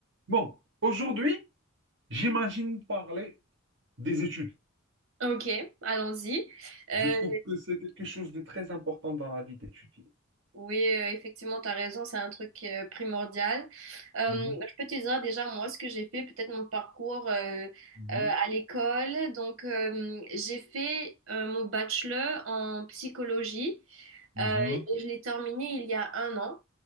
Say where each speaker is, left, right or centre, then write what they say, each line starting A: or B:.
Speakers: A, on the right; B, on the right.
A: Bon, aujourd'hui, j'imagine parler des études.
B: Ok, allons-y. Euh,
A: Je trouve que c'est quelque chose de très important dans la vie d'étudier.
B: oui, euh, effectivement, tu as raison, c'est un truc euh, primordial. Euh,
A: Mhm,
B: je peux te dire déjà, moi, ce que j'ai fait, peut-être mon parcours euh, euh,
A: mhm,
B: à l'école. Donc, euh, j'ai fait euh, mon bachelor en psychologie
A: mhm,
B: euh, et je l'ai terminé il y a un an.